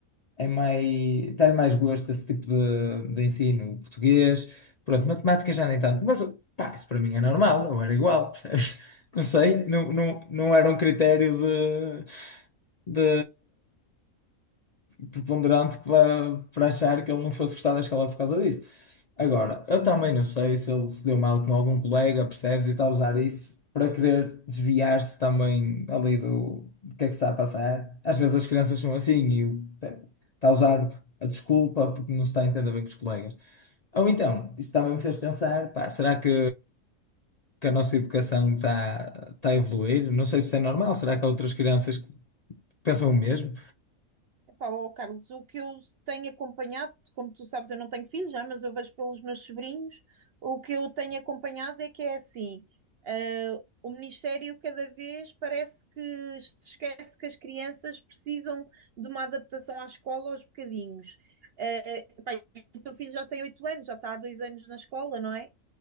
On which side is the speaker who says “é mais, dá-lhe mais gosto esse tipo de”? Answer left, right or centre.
Left